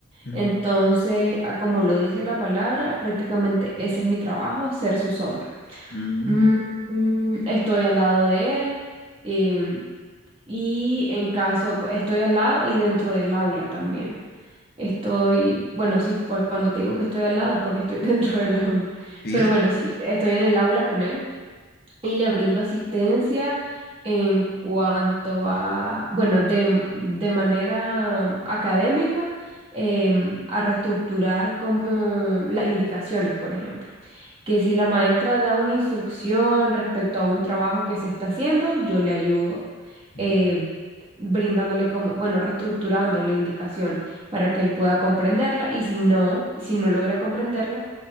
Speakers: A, on the left; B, on the right.
A: Mm,
B: entonces, a como lo dice la palabra, prácticamente ese es mi trabajo, ser su sombra.
A: mm,
B: Mm, mm, estoy al lado de él em, y en caso, pues estoy al lado y dentro del aula también. Estoy, bueno, sí, pues cuando te digo que estoy al lado es porque estoy <laughs> dentro del aula,
A: Sí,
B: pero bueno, sí, estoy en el aula con él y le brindo asistencia en cuanto a, bueno, de, de manera académica, em, a reestructurar como las indicaciones, por ejemplo. Que si la maestra da una instrucción respecto a un trabajo que se está haciendo, yo le ayudo,
A: mm,
B: eh, brindándole como, bueno, reestructurando la indicación para que él pueda comprenderla y si no, si no logra comprenderla,